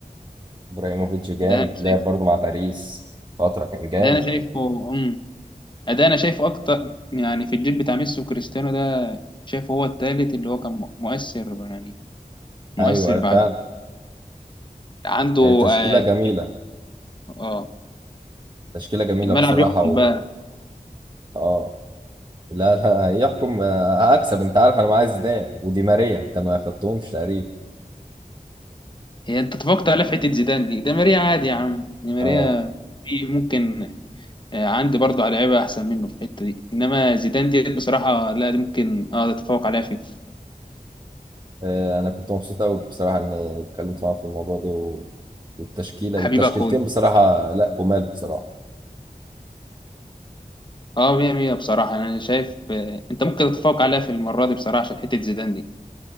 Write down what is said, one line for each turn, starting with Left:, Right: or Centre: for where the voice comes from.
Right: ابراهيموفيتش جامد
Left: ده انا شايف
Right: لعب برضه مع باريس فترة كان جامد
Left: ده انا شايفه امم ده انا شايفه اكتر يعني في الجيل بتاع ميسي وكريستيانو ده شايفه هو التالت اللي هو كان مؤ- مؤثر يعني مؤثر
Right: ايوه أيوة
Left: بعده
Right: فعلا
Left: عنده
Right: آه، تشكيلة
Left: اه,
Right: جميلة
Left: آه
Right: تشكيلة جميلة
Left: الملعب
Right: بصراحة
Left: يحكم
Right: و...
Left: بقى
Right: اه لا لا يحكم آه، هكسب انت عارف انا معايا زيدان ودي ماريا انت ما خدتهمش تقريبا
Left: هي انت اتفقت على حته زيدان دي ده ماريا عادي يا عم دي ماريا
Right: اه
Left: في ممكن آه عندي برضه على لعيبه احسن منه في الحته دي انما زيدان دي بصراحه لا دي ممكن اه تتفوق عليها في
Right: آه، انا كنت مبسوط قوي بصراحة اني اتكلمت معاك في الموضوع ده و... والتشكيلة
Left: حبيب
Right: والتشكيلتين
Left: اخوي
Right: بصراحة لا جمال بصراحة
Left: اه مية مية بصراحه انا شايف آه انت ممكن تتفوق عليها في المره دي بصراحه عشان حته زيدان دي